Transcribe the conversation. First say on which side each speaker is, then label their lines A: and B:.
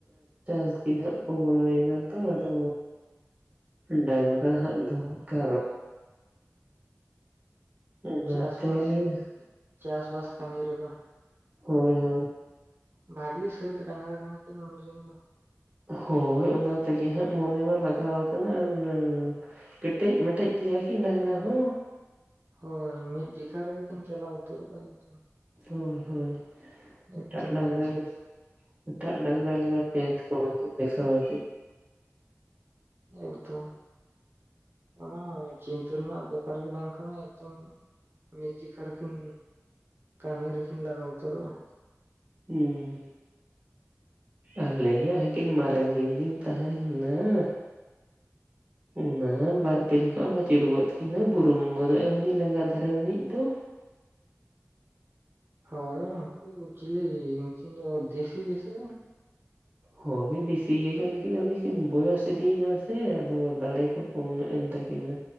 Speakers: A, on the right (about 25°); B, on the right (about 45°).
A: <inaudible> ᱠᱚ ᱵᱚᱞᱚᱭᱮᱱᱟ ᱛᱚ ᱟᱫᱚ ᱰᱟᱝᱜᱨᱟ ᱦᱟᱸᱜ ᱫᱚᱨᱠᱟᱨᱚᱜ ᱚᱱᱟ
B: ᱪᱟᱥᱵᱟᱥ
A: ᱛᱮ ᱞᱤᱧ
B: ᱪᱟᱥᱵᱟᱥ ᱠᱟᱹᱢᱤ ᱨᱮᱫᱚ
A: ᱦᱳᱭ ᱦᱳᱭ,
B: ᱵᱷᱟᱜᱤ ᱥᱟᱹᱛ ᱰᱟᱝᱜᱨᱟ ᱠᱟᱱᱟ ᱠᱤᱱ ᱩᱱᱤ ᱨᱮᱱ ᱫᱚ ᱾
A: ᱦᱳᱭ ᱚᱱᱟ ᱛᱮᱜᱮ ᱦᱟᱸᱜ ᱢᱚᱱᱮ ᱢᱟ ᱞᱟᱜᱟᱣ ᱟᱠᱟᱱᱟ <unintelligible> ᱠᱮᱴᱮᱡ ᱢᱮᱴᱮᱡ ᱜᱮᱭᱟ ᱠᱤᱱ ᱰᱟᱝᱜᱨᱟ ᱦᱚᱸ
B: ᱦᱳᱭ ᱢᱤᱫ ᱡᱮᱠᱷᱟ ᱨᱮᱜᱮ ᱠᱤᱱ ᱪᱟᱞᱟᱣ ᱩᱛᱟᱹᱨᱚᱜᱼᱟ ᱮᱠᱫᱚᱢ
A: ᱦᱳᱭ ᱦᱳᱭ ᱮᱴᱟᱜ
B: ᱮᱠᱫᱚᱢ
A: ᱰᱟᱝᱜᱨᱟ
B: ᱵᱟᱝ ᱪᱤᱱᱛᱟᱹ
A: ᱮᱴᱟᱜ ᱰᱟᱝᱨᱟ ᱞᱮᱠᱟ <unintelligible> ᱠᱚ ᱵᱟᱠᱤᱱ ᱫᱮᱠᱷᱟᱣ ᱟᱠᱤᱱ
B: ᱮᱠᱫᱚᱢ ᱚᱱᱟ ᱪᱤᱱᱛᱟᱹ ᱨᱮᱱᱟᱜ ᱵᱮᱯᱟᱨ ᱜᱮ ᱵᱟᱝ ᱠᱟᱱᱟ ᱮᱠᱫᱚᱢ ᱾ ᱢᱤᱫ ᱡᱮᱠᱷᱟ ᱨᱮ ᱠᱤᱱ ᱠᱟᱹᱢᱤ ᱨᱮᱠᱤᱱ ᱞᱟᱜᱟᱣ ᱩᱛᱟᱹᱨᱚᱜ-ᱟ ᱾
A: ᱦᱩᱸᱢ ᱟᱞᱮ ᱦᱚᱸ ᱦᱟᱹᱠᱤᱱ ᱢᱟᱨᱟᱱ ᱠᱤᱱ ᱠᱤᱱ ᱛᱟᱦᱮᱸ ᱞᱮᱱᱟ ᱾ ᱚᱱᱟ ᱵᱟᱨ ᱯᱮ ᱡᱚᱠᱷᱚᱡ ᱮᱢ ᱟᱹᱪᱩᱨ ᱜᱚᱫ ᱠᱤᱱᱟᱹ ᱵᱩᱨᱩᱢ ᱜᱚᱫᱚᱜ ᱟᱭ ᱩᱱᱤ ᱞᱮᱸᱜᱟ ᱫᱷᱟᱨᱮ ᱨᱤᱱᱤᱡ ᱫᱚ ᱾
B: ᱦᱚᱭ ᱩᱱᱠᱩ ᱫᱚ ᱪᱤᱞᱤ ᱩᱱᱠᱤᱱ ᱫᱚ ᱫᱮᱥᱤ ᱜᱮᱥᱮ
A: ᱦᱳᱭ ᱫᱮᱥᱤ ᱜᱮ ᱠᱟᱱᱟ ᱠᱤᱱᱟ ᱟᱹᱰᱤ ᱫᱚ ᱠᱤᱱ ᱵᱚᱭᱚᱥ ᱤᱫᱤᱭᱮᱱᱟ ᱥᱮ ᱟᱫᱚ ᱫᱟᱲᱮ ᱠᱚ ᱠᱚᱢ ᱧᱚᱜ ᱮᱱ ᱛᱟᱹᱠᱤᱱᱟ